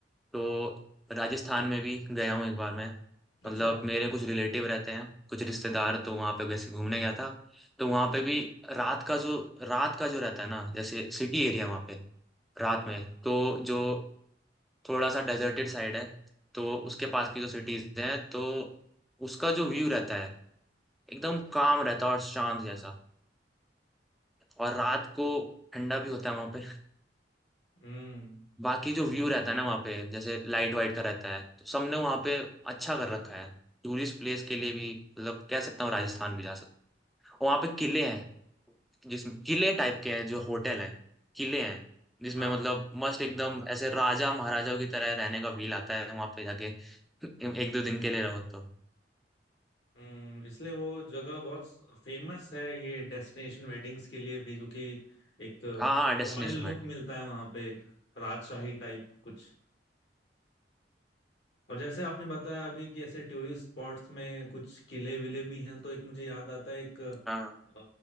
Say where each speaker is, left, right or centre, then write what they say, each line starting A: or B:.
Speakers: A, in the centre; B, on the left.
A: तो राजस्थान में भी गया हूँ एक बार मैं
B: अच्छा
A: मतलब मेरे कुछ रिलेटिव रहते हैं कुछ रिश्तेदार तो वहाँ पे वैसे घूमने गया था तो वहाँ पे भी रात का जो रात का जो रहता है ना जैसे सिटी एरिया वहाँ पे रात में तो जो थोड़ा सा डेजर्टेड साइड है तो उसके पास की जो सिटीज हैं तो उसका जो व्यू रहता है एकदम काम रहता है और शांत जैसा और रात को ठंडा भी होता है वहां पे
B: हम्म
A: बाकी जो व्यू रहता है ना वहाँ पे जैसे लाइट वाइट का रहता है तो सबने वहाँ पे अच्छा कर रखा है टूरिस्ट प्लेस के लिए भी मतलब कह सकता हूँ राजस्थान भी जा सकता हूँ वहाँ पे किले हैं जिसमें किले टाइप के हैं जो होटल हैं किले हैं जिसमें
B: हाँ
A: मतलब मस्त एकदम ऐसे राजा महाराजाओं की तरह रहने का फील आता है वहां पे जाके <laughs> एक दो दिन के लिए रहो तो
B: हम्म इसलिए वो जगह बहुत फेमस है ये डेस्टिनेशन वेडिंग्स के लिए भी क्योंकि एक
A: हाँ हाँ डेस्टिनेशन
B: रॉयल लुक
A: वेडिंग
B: मिलता है वहां पे एक राजशाही टाइप कुछ और जैसे आपने बताया अभी कि ऐसे टूरिस्ट स्पॉट्स में कुछ किले विले भी हैं तो एक मुझे याद आता है एक अ,
A: हाँ